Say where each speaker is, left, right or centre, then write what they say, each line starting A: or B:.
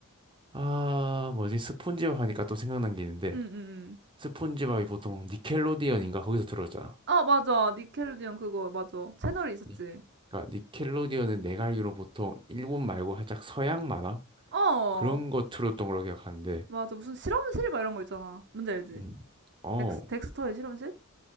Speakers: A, on the right (about 25°); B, on the right (about 55°).
A: 아, 뭐지? 스폰지밥 하니까 또 생각난 게 있는데,
B: 응, 응. 응.
A: 스폰지밥이 보통 니켈로디언인가? 거기서 들었잖아.
B: 어, 맞아. 니켈로디언 그거, 맞아. 채널이 있었지.
A: 니- 그러니까 니켈로디언은 내가 알기로 보통 일본 말고 살짝 서양 만화?
B: 어,
A: 그런 거 틀었던 걸로 기억하는데,
B: 맞아. 무슨 실험실 막 이런 거 있잖아. 뭔지 알지?
A: 음. 어,
B: 덱스, 덱스터의 실험실?